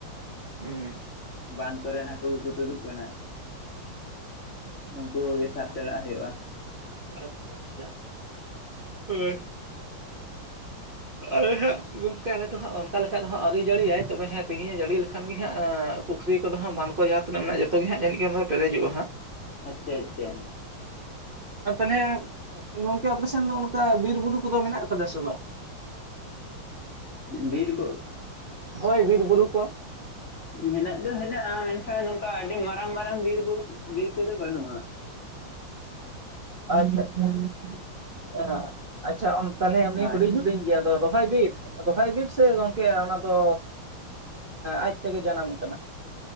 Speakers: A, on the right (about 35°); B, on the left (about 45°).
A: ᱩᱸ
B: ᱵᱟᱸᱱ ᱠᱚᱨᱮᱱ ᱦᱟᱹᱠᱩ ᱠᱚᱠᱚ ᱛᱩᱫᱩᱜ ᱠᱟᱱᱟ ᱩᱱᱩᱠᱩ ᱜᱮ ᱥᱟᱨ ᱪᱟᱞᱟᱜ ᱦᱩᱭᱩᱜᱼᱟ
A: <unintelligible> ᱟᱞᱮ ᱦᱟᱸᱜ ᱜᱚᱢᱠᱮ ᱟᱞᱮ ᱫᱚ ᱦᱟᱸᱜ ᱚᱱᱠᱟ ᱞᱮᱠᱟ ᱫᱚ ᱦᱟᱸᱜ ᱟᱹᱣᱨᱤ ᱡᱟᱹᱲᱤᱭᱟᱭ ᱛᱚᱵᱮ ᱦᱮᱸ ᱛᱮᱦᱤᱧᱮ ᱡᱟᱹᱲᱤ ᱞᱮᱠᱷᱟᱱ ᱜᱮ ᱦᱟᱸᱜ ᱯᱩᱠᱷᱨᱤ ᱠᱚᱫᱚ ᱦᱟᱸᱜ ᱵᱟᱸᱫᱷ ᱠᱚ ᱡᱟᱦᱟᱸ ᱛᱤᱱᱟᱹᱜ ᱢᱮᱱᱟᱜᱼᱟ ᱡᱚᱛᱚ ᱜᱮ ᱡᱟᱹᱱᱤᱡ ᱯᱮᱨᱮᱡᱚᱜᱼᱟ ᱦᱟᱸᱜ
B: ᱟᱪᱪᱷᱟ ᱟᱪᱪᱷᱟ
A: ᱩᱸ ᱛᱟᱦᱚᱞᱮ ᱜᱚᱝᱠᱮ ᱟᱯᱮ ᱥᱮᱱ ᱫᱚ ᱚᱱᱠᱟ ᱵᱤᱨ ᱵᱩᱨᱩ ᱠᱚᱫᱚ ᱢᱮᱱᱟᱜ ᱠᱟᱫᱟ ᱥᱮ ᱵᱟᱝ
B: ᱵᱤᱨ ᱠᱚ
A: ᱦᱳᱭ ᱵᱤᱨ ᱵᱩᱨᱩ ᱠᱚ
B: ᱦᱮᱱᱟᱹᱜ ᱫᱚ ᱦᱮᱱᱟᱜᱼᱟ ᱢᱮᱱᱠᱷᱟᱱ ᱱᱚᱝᱠᱟ ᱟᱹᱰᱤ ᱢᱟᱨᱟᱝ ᱢᱟᱨᱟᱝ ᱵᱤᱨᱵᱩᱨᱩ ᱵᱤᱨ ᱠᱚᱫᱚ ᱵᱟᱹᱱᱩᱜᱼᱟ
A: <unintelligible> ᱟᱪᱪᱷᱟ ᱛᱟᱦᱚᱞᱮ ᱮᱢᱱᱤ
B: ᱦᱳᱭ
A: ᱦᱩᱰᱤᱧ
B: ᱦᱳᱭ
A: ᱦᱩᱰᱤᱧ ᱜᱮᱭᱟ ᱟᱫᱚ ᱨᱚᱦᱚᱭ ᱵᱤᱨ, ᱨᱚᱦᱟᱭ ᱵᱤᱨ ᱥᱮ ᱜᱚᱝᱠᱮ ᱚᱱᱟ ᱫᱚ ᱟᱡ ᱛᱮᱜᱮ ᱡᱟᱱᱟᱢ ᱟᱠᱟᱱᱟ